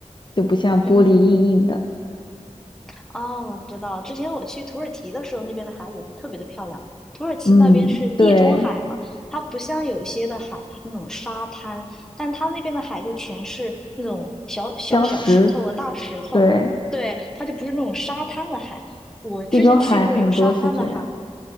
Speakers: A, on the left; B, in the centre.
A: 就不像玻璃硬硬的。
B: 嗯。哦，我知道，之前我去土耳其的时候，那边的海也是特别的漂亮。土耳其那边是地中海嘛，
A: 嗯，对，
B: 它不像有一些的海，它是那种沙滩，但它那边的海就全是那种小小小石头和大石头，
A: 礁石，对。
B: 对，它就不是那种沙滩的海。我之前去过有沙滩的海，
A: 地中海很多是这样。